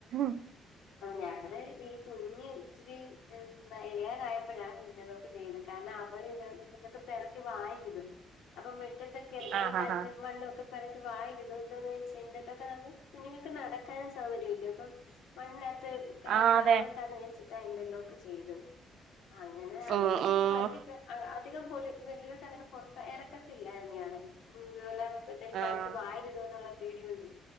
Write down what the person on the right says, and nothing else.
ഉം
ആഹ്
ആഹ് ആഹ്
ആഹ്
അതെ
ഉം ഉം
ആഹ്